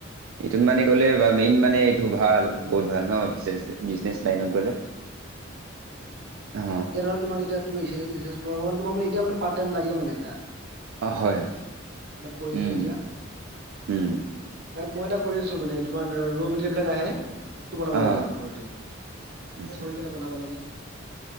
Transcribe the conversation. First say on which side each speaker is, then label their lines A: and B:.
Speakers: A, on the right; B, on the right.
A: এইটোত মানে গ'লে বা মেইন মানে এইটো ভাল বহুত ভাল ন বিজনেছ লাইনত গ'লে
B: <unintelligible> ভগবান
A: অ
B: তোমাক এতিয়া মানে পাইতাম লাগে মানে এটা
A: অ হয়
B: এতিয়া পৰিছে
A: উম
B: যেতিয়া
A: উম
B: এতিয়া মই এটা আছো মানে তোমাৰ ৰ মেতেল বিলাক আহে বস্তু বনাব
A: অ
B: লাগে মানে ঘৰতে
A: আচ্ছা
B: এ বহি কেনে বনাব লাগে